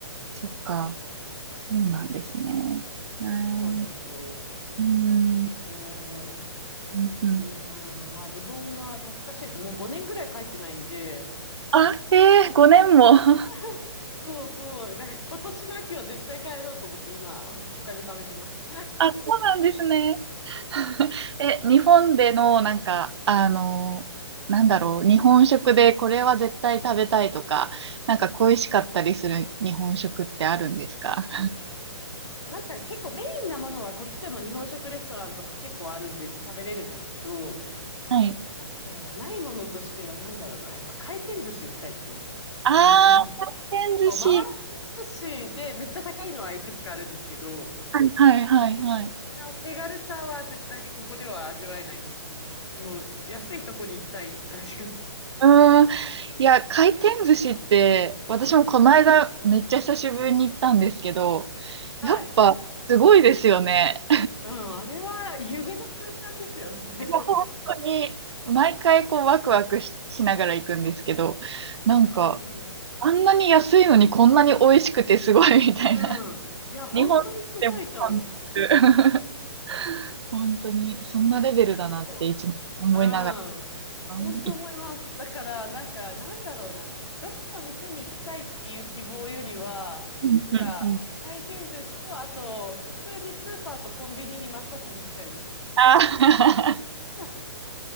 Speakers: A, on the right; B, on the left.
A: そっか。そうなんですね。ええ。
B: そうなんですよ。
A: うん。
B: だからね、
A: うんうん。
B: うん、まあ日本が懐かしいです。もう5年ぐらい帰ってないんで、
A: あ、ええ、5年も。<laughs>
B: <laughs> そうそう、だから今年の秋は絶対帰ろうと思って今、お金貯めてます。
A: あ、そうなんですね。<laughs> え、日本での、なんか、あの、なんだろう、日本食でこれは絶対食べたいとか、なんか恋しかったりする日本食ってあるんですか
B: なんか結構メインなものはこっちでも日本食レストランとか結構あるんで食べれるんですけど、
A: はい。
B: なんかないものとしてはなんだろうな、やっぱ回転寿司行きたいですね。
A: あー、
B: あの、
A: 回転寿司。
B: そう、回ら寿司でめっちゃ高いのはいくつかあるんですけど、
A: はいはいはいはい。
B: あの手軽さは絶対にここでは味わえないんで、ちょっともう安いとこに行きたいって感じです。
A: うーん。いや、回転寿司って、私もこの間めっちゃ久しぶりに行ったんですけど、
B: はい。
A: やっぱすごいですよね。
B: うん、あれは夢の空間ですよね。<laughs>
A: いや、本当に、毎回こうワクワクし、しながら行くんですけど、なんか、
B: うんうん
A: あんなに安いのにこんなに美味しくてすごいみたいな。
B: うん。うん。いや、本当にすごいと思
A: 日本でも感じる。<laughs> 本当に、そんなレベルだなっていつも思いなが
B: う。うん。
A: ら。
B: 本当思います。
A: い
B: だから、なんか、なんだろうな。どこの店に行きたいっていう希望よりは、
A: うんうんうん。
B: なんか、回転寿司と、あと、普通にスーパーとコンビニに真っ先に行きたいです。
A: ああ、
B: <laughs>